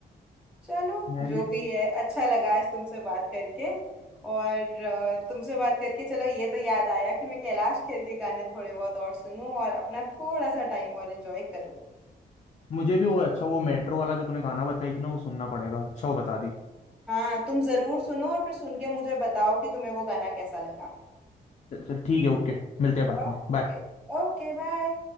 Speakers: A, in the centre; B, on the left.
A: चलो
B: मैं
A: जो
B: भी
A: भी है अच्छा लगा आज तुमसे बात करके और अ, तुमसे बात करके चलो ये तो याद आया कि मैं कैलाश खेर के गाने थोड़े बहुत और सुनूं और अपना थोड़ा सा टाइम और एंजॉय करूं
B: मुझे भी वो अच्छा वो मेट्रो वाला जो तूने गाना बताई थी ना वो सुनना पड़ेगा अच्छा वो बता दी
A: हाँ तुम जरूर सुनो और फिर सुन के मुझे बताओ कि तुम्हें वो गाना कैसा लगा
B: चल चल ठीक है ओके मिलते हैं बाद
A: ओके
B: में बाय
A: Okay bye